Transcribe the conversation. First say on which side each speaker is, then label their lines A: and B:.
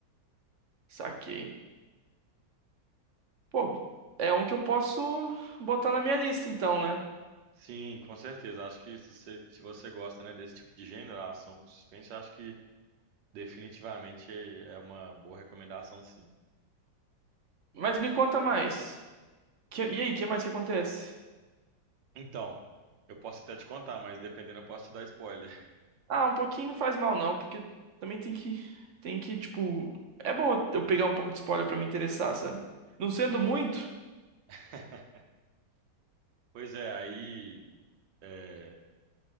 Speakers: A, on the right; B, on the right.
A: saquei. Pô, é um que eu posso botar na minha lista, então, né?
B: Sim, com certeza. Acho que se você, se você gosta, né, desse tipo de gênero, ação com suspense, acho que definitivamente é é uma boa recomendação, sim.
A: Mas me conta mais. Que- e aí, o que mais que acontece?
B: Então, eu posso até te contar, mas dependendo, eu posso te dar spoiler.
A: Ah, um pouquinho não faz mal, não, porque também tem que, tem que, tipo. É bom eu pegar um pouco de spoiler pra me interessar, sabe? Não sendo muito
B: <laughs> Pois é, aí. é,